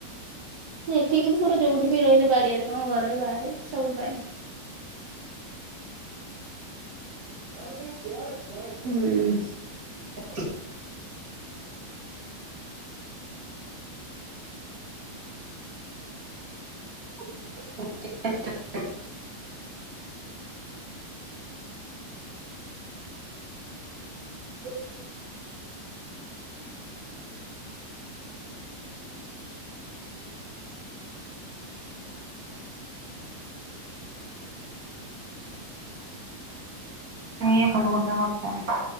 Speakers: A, on the right; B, on the right.
A: ନାଁ ଏଠିକିନ୍ତୁ ମୋର ଯୋଉଠି ବି ରହିଲେ ବାଡିଆରେ କଣ ଘରେ ବାହାରେ ସବୁଠୁ ପାଏ। ହୁଁ।
B: ହ <unintelligible> <unintelligible> <inaudible> ନେଇ ଭଲ ଘଟଣା ଘଥାଏ।